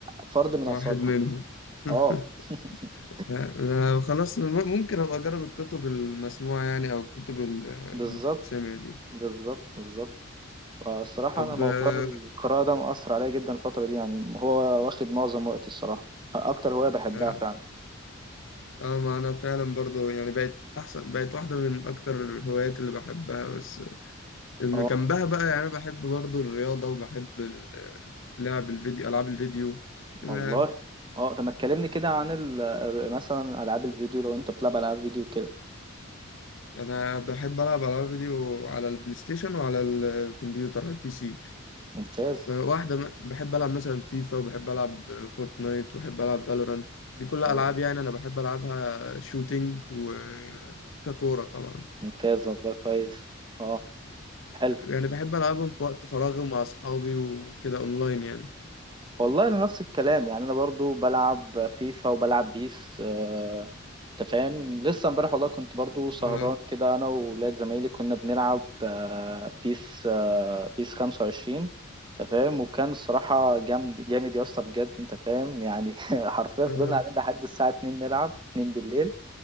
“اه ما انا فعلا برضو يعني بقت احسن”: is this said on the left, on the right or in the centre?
Left